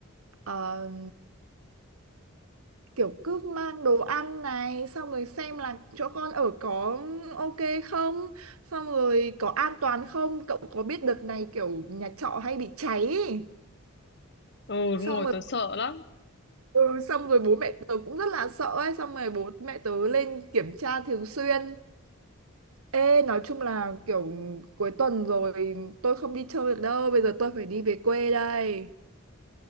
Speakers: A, on the right; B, on the left.
A: ờ, kiểu cứ mang đồ ăn này xong rồi xem là chỗ con ở có ok không xong rồi có an toàn không cậu có biết đợt này kiểu nhà trọ hay bị cháy ý.
B: Ừ đúng
A: xong
B: rồi
A: rồi
B: tớ sợ lắm
A: ừ, xong rồi bố mẹ tớ cũng rất là sợ ấy xong rồi bố mẹ tớ lên kiểm tra thường xuyên Ê, nói chung là kiểu cuối tuần rồi tôi không đi chơi được đâu bây giờ tôi phải đi về quê đây